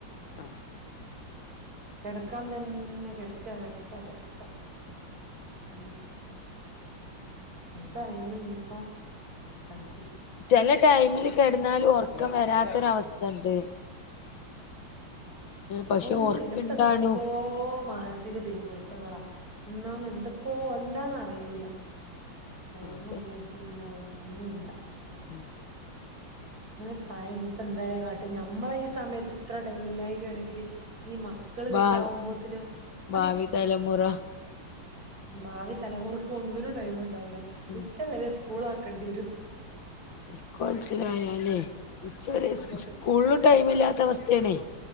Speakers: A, on the left; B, on the right.
A: ആ
B: കിടക്കാൻ തന്നെ കെടക്ക കെട ക്ക കെടക്ക്ക്ക ഉം എന്തായാലും ഇനിയിപ്പോ അഡ്
A: ചെല ടൈമില് കിടന്നാലും ഉറക്കം വരാത്തൊരു അവസ്ഥണ്ട് പക്ഷെ
B: ഒന്നുല്ല
A: ഓർക്ക്ണ്ടാണു
B: ഇപ്പൊ എന്തൊക്കയോ മാനസിക പിരിമുറുക്കങ്ങളാ എന്നാ എന്തൊക്കോ എന്താന്നറിയൂല്ല ടൈമും
A: അതെ
B: ഇല്ല അതുമില്ല ഒന്നുമില്ല
A: ഉം
B: അങ്ങനെ കായം ഇപ്പൊ എന്തായാ കാട്ട് ഞമ്മളെ ഈ സമയത്ത് ഇത്ര ടൈം ഇല്ലായികയാണെങ്കില് ഇനീ മക്കൾ വലുതാവുമ്പത്തിനോ
A: ഭാ ഭാവി
B: ഹ്
A: ഭാവി തലമുറ
B: ഭാവി തലമുറക്ക് ഒന്നിനും ടൈമു ണ്ടാവില്ല
A: ഉം
B: ഉച്ച വരെ സ്‌ സ്കൂൾ ആക്കേണ്ടിവരും
A: ഇക്കോലത്തിലായാലേ ഉച്ചവരെ സ്‌
B: ഇത്
A: സ്കൂളുടൈം ഒന്നുമില്ലാത്ത അവസ്ഥയാണേ